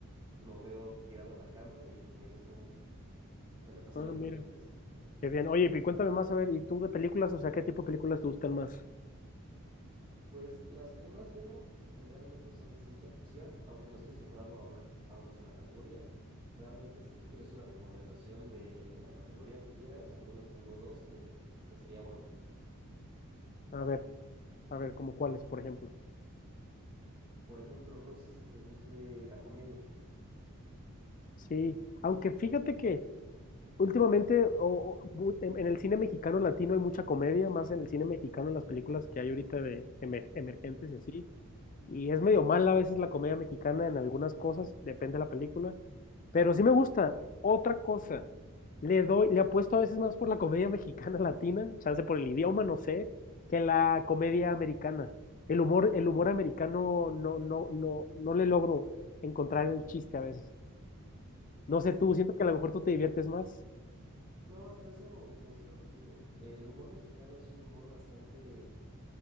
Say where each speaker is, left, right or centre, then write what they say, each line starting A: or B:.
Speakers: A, on the right; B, on the left.
A: lo veo tirado en la cama y me gusta mucho. Me la paso
B: ah,
A: viendo
B: mira,
A: películas.
B: qué bien. Oye, y cuéntame más, a ver, ¿y tú de películas? O sea, ¿qué tipo de películas te gustan más?
A: Pues las que más veo generalmente son de ciencia ficción, aunque no estoy cerrado a una, a una sola categoría. Realmente, si tú quieres una recomendación de la categoría que quieras, al menos tengo dos que, que sería bueno.
B: A ver, a ver, como cuáles, por ejemplo.
A: Por ejemplo, no sé si te guste la comedia.
B: Sí, aunque fíjate que Últimamente, o- o, en, en el cine mexicano latino hay mucha comedia, más en el cine mexicano, en las películas que hay ahorita de emer- emergentes y así. Y es medio mala a veces la comedia mexicana en algunas cosas, depende de la película. Pero sí me gusta. Otra cosa, le doy, le apuesto a veces más por la comedia <laughs> mexicana latina, chance por el idioma, no sé, que la comedia americana. El humor, el humor americano no, no, no, no le logro encontrar el chiste a veces. No sé
A: Sí,
B: tú, siento que a lo mejor tú te diviertes más.
A: no, hasta eso coincido contigo. El humor mexicano es un humor bastante